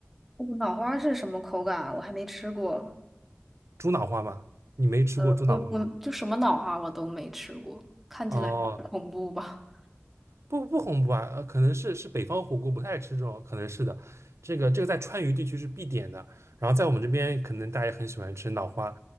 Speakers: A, in the centre; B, on the right.
A: 哦脑花是什么口感啊我还没吃过。
B: 猪脑花吗？你没吃过猪脑花吗？
A: 呃，我我就什么脑花我都没吃过，看起来恐怖吧？
B: 哦，不不红不啊，呃，可能是是北方火锅不太吃这种，可能是的。这个这个在川渝地区是必点的，然后在我们这边可能大家也很喜欢吃脑花，